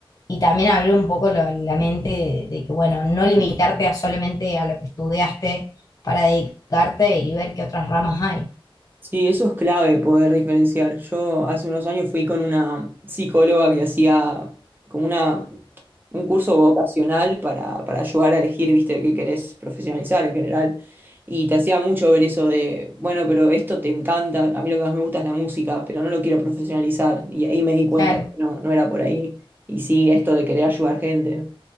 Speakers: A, on the left; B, on the right.
A: y también abrir un poco lo- la mente de, de que, bueno, no limitarte a solamente a lo que estudiaste para dedicarte y ver qué otras ramas hay.
B: Sí, eso es clave poder diferenciar. Yo hace unos años fui con una psicóloga que hacía como una, un curso vocacional para, para ayudar a elegir, viste, qué querés profesionalizar en general. Y te hacía mucho ver eso de, bueno, pero esto te encanta, a mí lo que más me gusta es la música, pero no lo quiero profesionalizar. Y ahí me di cuenta
A: Claro.
B: que no, no era por ahí. Y sí, esto de querer ayudar gente,